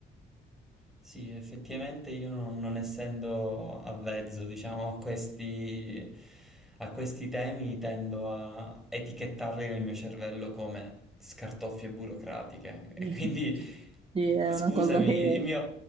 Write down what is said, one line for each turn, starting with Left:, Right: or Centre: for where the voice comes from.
Centre: Sì, effettivamente io non, non essendo avvezzo, diciamo, a questi, a questi temi, tendo a etichettarli nel mio cervello come scartoffie burocratiche. E
Right: <laughs>
Centre: quindi,
Right: Sì, è
Centre: scusami,
Right: una cosa che,
Centre: il mio,